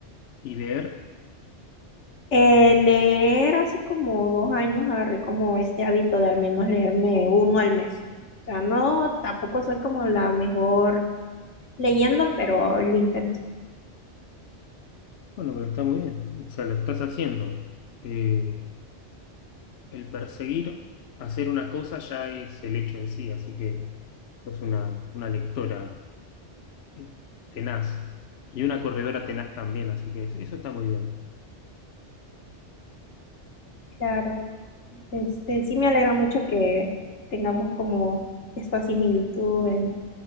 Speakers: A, on the left (about 65°); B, on the left (about 80°).
A: y leer,
B: Eh, leer hace como dos años agarré como este hábito de al menos leerme uno al mes. O sea, no, tampoco soy como la mejor leyendo, pero lo intento.
A: bueno, pero está muy bien, o sea, lo estás haciendo. Eh, el perseguir hacer una cosa ya es el hecho en sí, así que sos una, una lectora eh, tenaz. Y una corredora tenaz también, así que eso, eso está muy bien.
B: Claro, este, sí me alegra mucho que tengamos como esta similitud en,